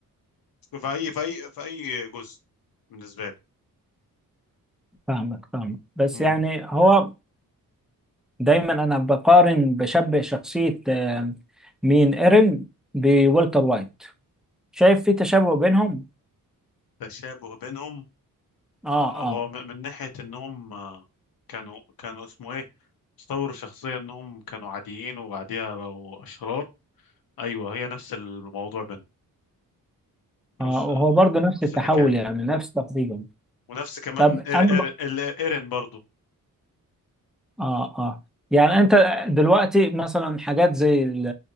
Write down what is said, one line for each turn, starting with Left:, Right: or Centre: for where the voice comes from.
Left: في اي في اي في اي جزء بالنسبة لي
Centre: فاهمك فاهمك بس
Left: مم.
Centre: يعني هو دايما انا بقارن بشبه شخصية آه، مين ايرين بولتر وايت شايف في تشابه بينهم
Left: تشابه بينهم
Centre: اه
Left: هو
Centre: آه.
Left: م- من ناحية انهم آه، كانوا كانوا اسمه ايه استوروا شخصية انهم كانوا عاديين وبعديها بقوا اشرار ايوه هي نفس الموضوع بينهم
Centre: اه
Left: نفس آه،
Centre: وهو برضه نفس
Left: نفس
Centre: التحول
Left: الحكاية
Centre: يعني نفس تقريبا
Left: ونفس كمان
Centre: طب
Left: إير
Centre: انا ب...
Left: إير ال- ايرين برضو
Centre: اه اه يعني
Left: م،
Centre: انت دلوقتي مثلا حاجات زي ال-